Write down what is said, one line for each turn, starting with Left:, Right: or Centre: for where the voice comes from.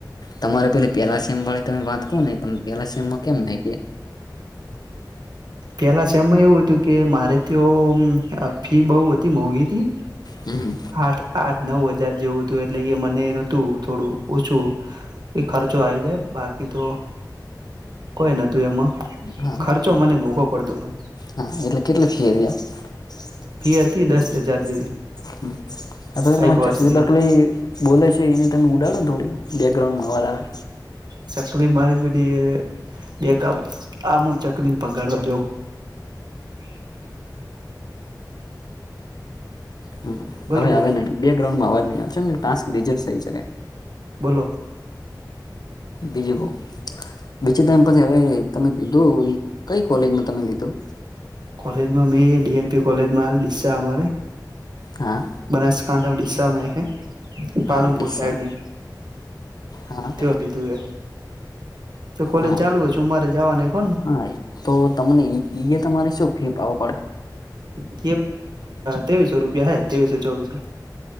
Left: તમારે પેલી પેલા સેમ વાળી તમે વાત કવ ને તમે પેલા સેમમાં કેમ ન કે.
Right: પેલા સેમ મા એવું હતું કે મારે તો ફી બહુ હતી, મોઘી
Left: હમ
Right: સાત આઠ નવ હજાર જેવું હ તો એટલે એ મને નતું થોડું ઓછું એ ખર્ચો આવી જાય બાકી ઈ તો કોઈ નતું એમાં
Left: હા,
Right: ખર્ચો મને મોઘો પડતો હતો
Left: હા એટલે કેટલા થઇ <unintelligible>
Right: ફી હતી દસ હજાર જેવી એક
Left: <unintelligible>
Right: વર્ષની
Left: ચાકલી બાકરી બોલે છે, એને તમે ઉડાડો ને થોડી બેકગ્રાઉન્ડમાં હવાલ આવે
Right: ચકલી મારી બીધ એક આ અમુક ચકલી ને પગાડવા જઉં
Left: હમ્મ
Right: બોલો
Left: અ
Right: બોલો
Left: આવે નહી, બેગ્રઉન્ડમાં અવાજ નહી આવ છેમ ટાક રિજર થઈ શકે,
Right: બોલો
Left: બીજું કોક બીચે ટાઈમ પછી હવે તમે લીધું કઈ કોલેજ નું તમે લીધું,
Right: કોલેજમાં <unintelligible> કોલેજમાં અમારે.
Left: હા
Right: બનસકાઠા નુ ડીસામાં હૈ પાલનપુર
Left: હા ડીસા
Right: સાઈડ મે
Left: હા
Right: તે લીધું એ તો કોલેજ
Left: હા
Right: ચાલુ હ હું મારે જવાની કોણ,
Left: હા તો તમને ઈ તમારે શું ફી આવ પડે,
Right: <unintelligible> ત્રેવીસો રૂપિયા હે ત્રેવીસો ચોવીસો